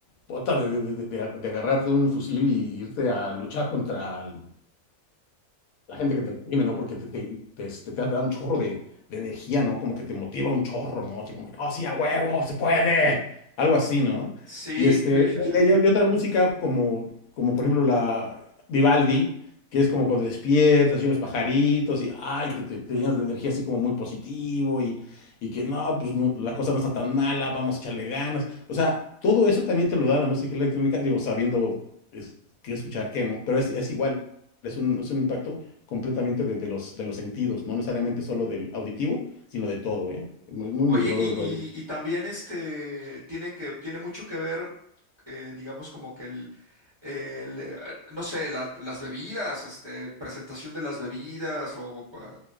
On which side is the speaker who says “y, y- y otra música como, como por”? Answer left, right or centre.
Left